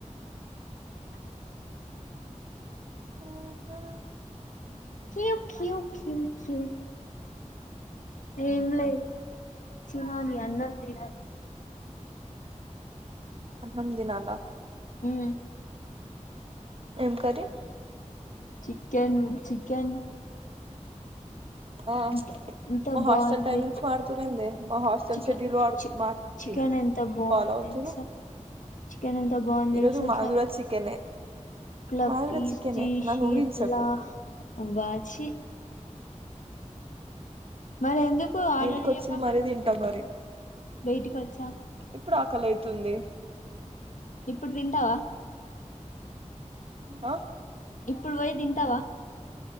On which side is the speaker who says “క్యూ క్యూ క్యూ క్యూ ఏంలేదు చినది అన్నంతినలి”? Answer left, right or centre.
Left